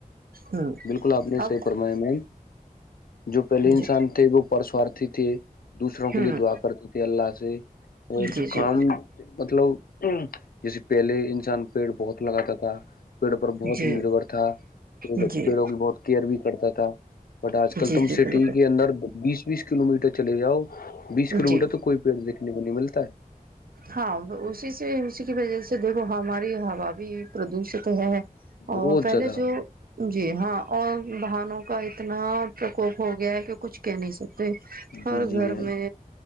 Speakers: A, on the right; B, on the left.
A: ہوں
B: بالکل آپ نے
A: اب
B: صحیح فرمایا میم جو پہلے انسان
A: جی
B: تھے وہ پرسوارتھی تھے دوسروں کے
A: ہوں
B: لیے دعا کرتے تھے اللہ سے اور
A: جی
B: جو
A: جی
B: کام مطلب جیسے پہلے انسان پیڑ بہت لگاتا تھا پیڑ پر بہت
A: جی
B: نربھر تھا پڑ
A: جی
B: پیڑوں کی بہت کیئر بھی کرتا تھا بٹ آج
A: جی
B: کل تم
A: جی
B: سٹی
A: بالکل
B: کے اندر بیس بیس کلو میٹر چلے جاؤ بیس کلو
A: جی
B: میٹر تو کوئی پیڑ دیکھنے کو نہیں ملتا ہے
A: ہاں اسی سے اسی کی وجہ سے دیکھو ہماری ہوا بھی پردوشت ہے ا
B: بہت
A: پہلے
B: زیادہ
A: جو جی ہاں اور بہنوں کا اتنا پرکوپ ہو گیا ہے کہ کچھ کہہ نہیں سکتے
B: جی
A: ہر
B: جی
A: گھر
B: میم
A: میں